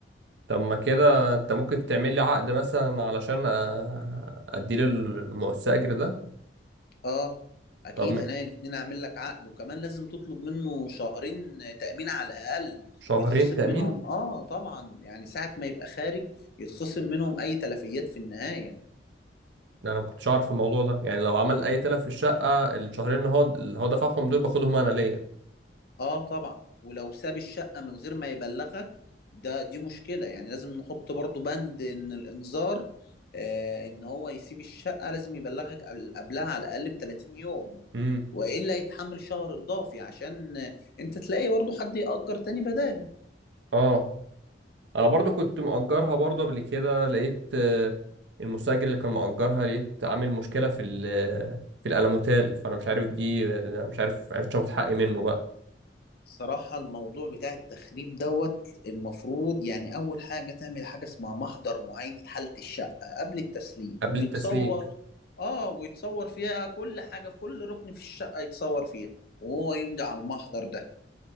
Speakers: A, on the right (about 75°); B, on the left (about 55°).
A: طب ما كده انت ممكن تعمل لي عقد مثلا علشان أ- اديله المؤسسة ده
B: آه أكيد
A: طب م-
B: عينيا الاتنين أعمل لك عقد وكمان لازم تطلب منه شهرين تأمين على الأقل
A: شهرين
B: بيتخصم
A: تأمين
B: منهم آه طبعا يعني ساعة ما يبقى خارج يتخصم منهم أي تلفيات في النهاية
A: ده انا ما كنتش عارف الموضوع ده يعني لو عمل اي تلف في الشقة الشهرين اللي هو اللي هو دفعهم دول باخدهم انا ليا
B: اه طبعا ولو ساب الشقة من غير ما يبلغك ده دي مشكلة يعني لازم نحط برضو بند ان الانذار آه ان هو يسيب الشقة لازم يبلغك قبل- قبلها على الاقل ب 30 يوم
A: امم
B: والا يتحمل شهر اضافي عشان انت تلاقي برضو حد يأجر تاني بداله
A: اه انا برضو كنت مأجرها برضو قبل كده لقيت آه، المستأجر اللي كان مأجرها لقيت عامل مشكلة في ال- في الألموتال فانا مش عارف دي آه، مش عارف عرفت اخد حقي منه بقى
B: صراحة الموضوع بتاع التخريب دوت المفروض يعني أول حاجة تعمل حاجة اسمها محضر معاينة حالة الشقة قبل التسليم
A: قبل
B: ويتصور
A: التسليم
B: آه ويتصور فيها كل حاجة في كل ركن في الشقة يتصور فيها وهو يمضي على المحضر ده